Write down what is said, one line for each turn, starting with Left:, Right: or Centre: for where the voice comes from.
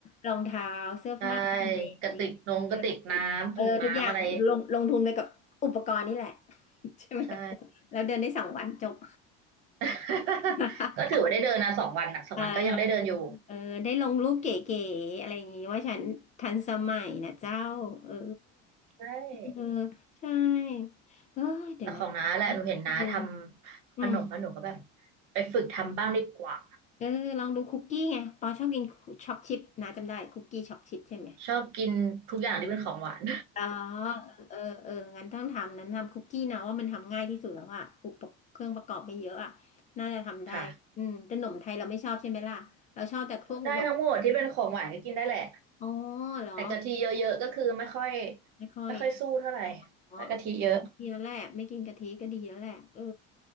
Left: รองเท้าเสื้อผ้ากันแดดอะไรอย่างงี้
Right: ใช่กระติกนงกระติกน้ำถุงน้ำอะไร
Left: เออทุกอย่างลงลงทุนไปกับอุปกรณ์นี่แหละ <laughs> ใช่ไหม
Right: ใช่
Left: แล้วเดินได้สองวันจบ
Right: <laughs>
Left: <laughs>
Right: ก็ถือว่าได้เดินนะสองวันอ่ะสองวันก็ยังได้เดินอยู่
Left: อ่า เออได้ลงรูปเก๋ๆอะไรอย่างงี้ว่าฉันทันสมัยนะเจ้าเออ
Right: ใช่
Left: เออใช่เออเดี๋ยวนะ
Right: แต่ของน้าแหละหนูเห็นน้าทำขนมแล้วหนูก็แบบ
Left: เอออืม
Right: ไปฝึกทำบ้างดีกว่า
Left: เออลองดูคุกกี้ไงปอชอบกินช็อกชิพนะจำได้คุกกี้ช็อกชิพใช่ไหม
Right: ชอบกินทุกอย่างที่เป็นของหวาน
Left: อ๋อเออเอองั้นต้องทำนั้นทำคุกกี้นะว่ามันทำง่ายที่สุดแล้วอะอุปกรณ์เครื่องประกอบไม่เยอะอะน่าจะทำได้อืมแต่หนมไทยเราไม่ชอบใช่ไหมล่ะเราชอบแต่พวกหนม
Right: ค่ะได้ทั้งหมดที่เป็นของหวานก็กินได้แหละ
Left: อ๋อเหรอ
Right: แต่กะทิเยอะๆก็คือไม่ค่อย
Left: ไม่ค่อยนะ
Right: ไม่ค่อยสู้เท่าไหร่
Left: อ๋อ
Right: ถ้ากะทิเยอะ
Left: เออดีแล้วแหละไม่กินกะทิก็ดีแล้วแหละ เออ